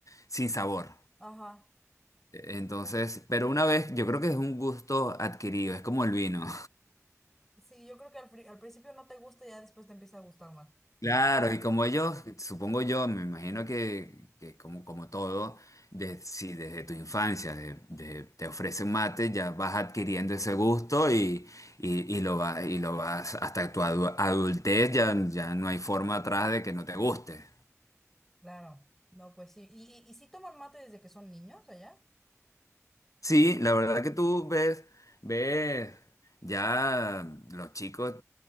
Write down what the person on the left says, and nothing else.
sin sabor.
Entonces, pero una vez, yo creo que es un gusto adquirido, es como el vino.
Claro, y como ellos, supongo yo, me imagino que, que como, como todo, de- si desde tu infancia de- de- te ofrecen mate, ya vas adquiriendo ese gusto y, y, y lo va- y lo vas hasta tu adu- adultez, ya, ya no hay forma atrás de que no te guste.
Sí, la verdad que tú ves, ves, ya los chicos